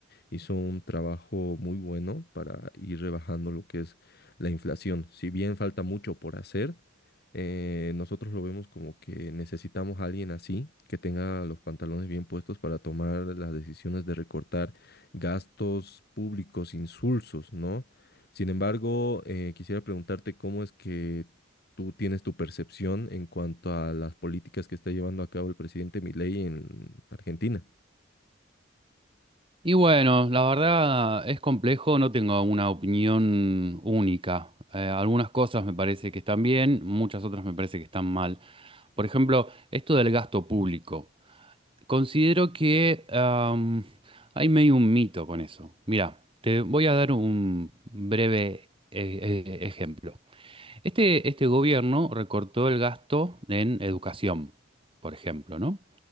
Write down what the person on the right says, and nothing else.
Y bueno, la verdad es complejo, no tengo una opinión única. Eh, algunas cosas me parece que están bien, muchas otras me parece que están mal. Por ejemplo, esto del gasto público. Considero que am, hay medio un mito con eso. Mira, te voy a dar un breve eh, eh, ejemplo. Este, este gobierno recortó el gasto en educación, por ejemplo, ¿no?